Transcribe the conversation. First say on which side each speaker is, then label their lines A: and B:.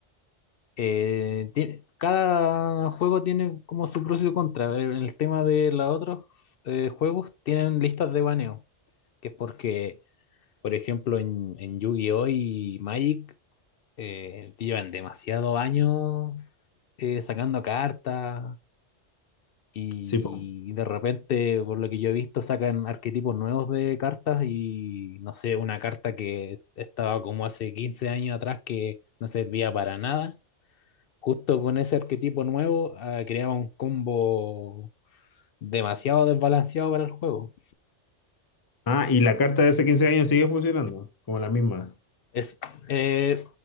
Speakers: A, on the left; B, on the left.
A: Eh, tiene- cada juego tiene como su pros y su contra. En el tema de los otros eh, juegos tienen listas de baneo, que es porque, por ejemplo, en, en Yu-Gi-Oh! y Magic eh, llevan demasiado años eh, sacando cartas y
B: Sí, po.
A: de repente, por lo que yo he visto, sacan arquetipos nuevos de cartas y no sé, una carta que es- estaba como hace 15 años atrás que no servía para nada justo con ese arquetipo nuevo, ah, creaba un combo demasiado desbalanceado para el juego.
B: Ah, y la carta de hace quince años sigue funcionando, como la misma.
A: Es, eh,